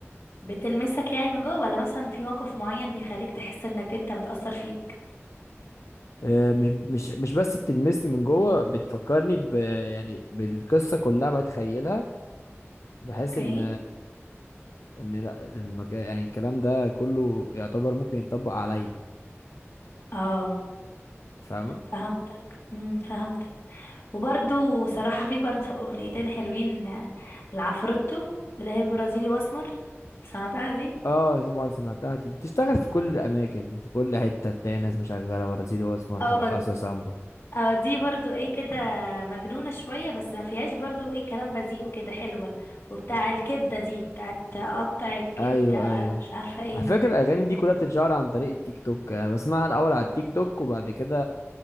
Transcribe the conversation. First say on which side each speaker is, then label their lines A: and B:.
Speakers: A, on the left; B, on the left.
A: بتلمسك يعني من جوه ولا مثلا في موقف معين بيخليك تحس انك انت بتأثر فيك
B: آه، مش مش مش بس بتلمسني من جوه بتفكرني ب يعني بالقصه كلها بتخيلها بحيث
A: اوكي
B: ان ان لا المكان يعني الكلام ده كله يعتبر ممكن يتطبق عليا
A: اه
B: فاهمه
A: فهمتك امم فهمتك وبرده صراحة في برده <laughs> اغنيتين حلوين لعفروتو اللي هي برازيلي واسمر سمعتها دي
B: اه طبعا سمعتها دي بتشتغل في كل الاماكن في كل حته تلاقي ناس مشغله برازيلي واسمر
A: اه
B: برقصه سامبا
A: اه دي برضو ايه كده مجنونة شوية بس ما فيهاش برضو ايه كلام بذيء وكده حلوة وبتاع الكبدة دي بتاعت قطع الكبدة
B: ايوه ايوه
A: مش عارفة ايه
B: على فكره الاغاني دي كلها بتتشهر عن طريق التيك توك انا بسمعها الاول على التيك توك وبعد كده